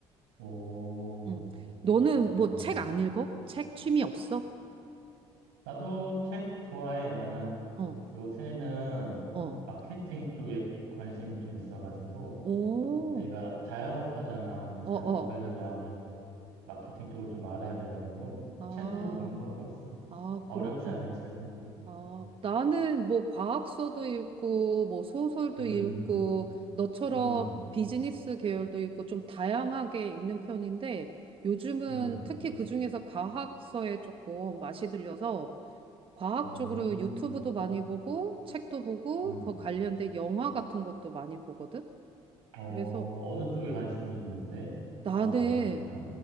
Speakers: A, on the right; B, on the right.
A: 오,
B: 음 너는
A: 그렇구나.
B: 뭐 책 안 읽어? 책 취미 없어?
A: 나도 책 좋아해. 나는
B: 어,
A: 요새는
B: 어,
A: 마케팅 쪽에 관심이 좀 있어가지고,
B: 오,
A: 내가 자영업 하잖아. 근데 자영업
B: 어, 어.
A: 하려면 아무래도 마케팅 쪽을 좀 알아야 돼가지고,
B: 아,
A: 책으로 공부하고 있어.
B: 아, 그렇구나.
A: 어렵지 않은 책으로.
B: 아, 나는 뭐 과학서도 읽고, 뭐 소설도
A: 음,
B: 읽고, 너처럼
A: 음,
B: 비즈니스 계열도 읽고, 좀 다양하게 읽는 편인데, 요즘은
A: 음,
B: 특히 그중에서 과학서에 조금 맛이 들려서, 과학적으로
A: 음,
B: 유튜브도 많이 보고, 책도 보고,
A: 음.
B: 그 관련된 영화 같은 것도 많이 보거든?
A: 어,
B: 그래서
A: 어느 쪽에 관심이 있는데?
B: 나는
A: 과학 어느 분야?